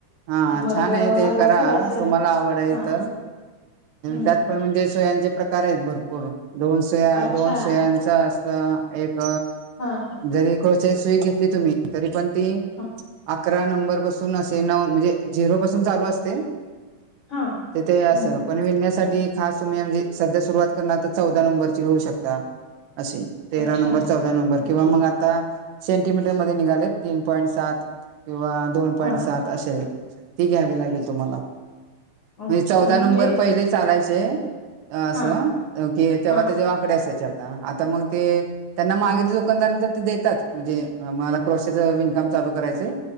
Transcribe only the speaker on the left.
मग
मला
थोडस
हा
हम्म,
अच्छा
हा
हा
हा
हम्म,
अच्छा
ओके
हा
अच्छा
म्हणजे
हा
हा